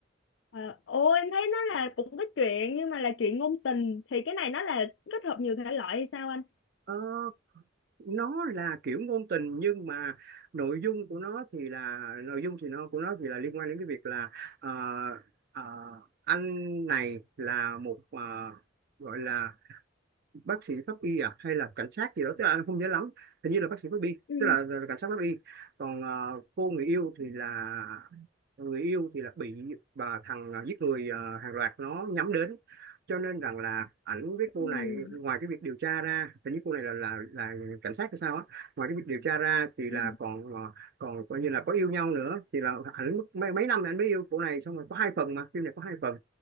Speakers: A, on the left; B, on the right.
A: Ờ, Ồ em thấy nó là cũng có chuyện nhưng mà là chuyện ngôn tình thì cái này nó là kết hợp nhiều thể loại hay sao anh?
B: Ờ, nó là kiểu ngôn tình nhưng mà nội dung của nó thì là nội dung thì nó của nó thì là liên quan đến cái việc là ờ, ờ, anh này là một ờ, gọi là bác sĩ pháp y à hay là cảnh sát gì đó tức là anh không nhớ lắm hình như là bác sĩ pháp y
A: Ừ,
B: tức là, là cảnh sát pháp y còn ờ, cô người yêu thì là người yêu thì là bị bà thằng ờ, giết người ờ, hàng loạt nó nhắm đến cho nên rằng là ảnh với cô
A: ừ,
B: này ngoài cái việc điều tra ra hình như cô này là là là cảnh sát hay sao á ngoài cái việc điều tra ra thì là
A: ừ.
B: còn ờ, còn coi như là có yêu nhau nữa thì là ảnh mất mấy mấy năm là ảnh mới yêu cô này xong rồi có hai phần mà phim này có hai phần